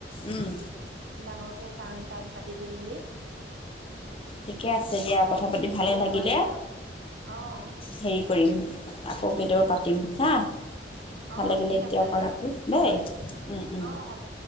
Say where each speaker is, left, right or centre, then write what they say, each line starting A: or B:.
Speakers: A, on the left; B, on the right.
A: উম,
B: ডাঙৰকে চাং টাং পাতি দিম বুলি
A: ঠিকে আছে দিয়া কথা পাতি
B: এতিয়া
A: ভালে লাগিলে
B: হোৱা নাই আৰু। অ',
A: হেৰি কৰিম আকৌ কেতিয়াবা পাতিম হা ভাল
B: অঁ
A: লাগিলে
B: ঠিক
A: এতিয়া
B: আছে
A: অকণ
B: দিয়ক
A: ৰাখোঁ
B: হ'ব
A: দেই
B: দিয়ক
A: উম, উম।
B: অ হ'ব